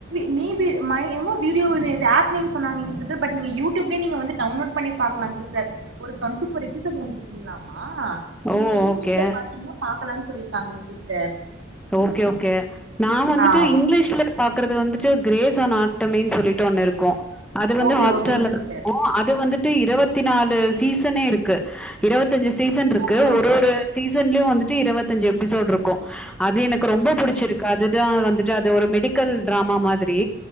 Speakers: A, on the right; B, in the centre.
A: இந்த <unintelligible> வீடியோ நேது ஆப் நேம் சொன்னாங்க சிஸ்டர் நீங்க யூடியூப்ல நீங்க வந்து டவுன்லோட் பண்ணி பாக்கலா சிஸ்டர் ஒரு டொண்டி ஃபோர் எபிசோட் வந்துயிருக்குங்களாமா ஆ
B: ஓ!
A: நீங்க யூடியூப்ல
B: ஓகே.
A: பாத்தீங்கன்னா பாக்கலன்னு சொல்லிருக்காங்க சிஸ்டர்
B: ஓகே ஓகே நா வந்துட்டு
A: ஆ
B: இங்கிலீஷ்ல பாக்குறது வந்துட்டு சிஸ்டர் கிரேஸ்ஸோனா டொமென் சொல்லிட்டு ஒன்னுயிருக்கோ அது வந்து
A: ஓகே
B: ஹாட்ஸ்டார்ல
A: ஓகேங்க சிஸ்டர்
B: இருக்கோ அது வந்துட்டு இருவத்தி <inaudible> நாலு சீசனேயிருக்கு இருவத் அஞ்சு சீசன்யிருக்கு
A: ஓகே ஓகேங்க
B: ஒரு ஒரு சீசன் சீசன்லயோ வந்துட்டு இருவத்தஞ்சு எபிசோட்யிருக்கோ அது எனக்கு
A: ஓகே
B: ரொம்ப புடிச்சியிருக்கு
A: ஓகே
B: அது <inaudible> வந்துட்டு அது ஒரு மெடிக்கல் டிராமா மாதிரி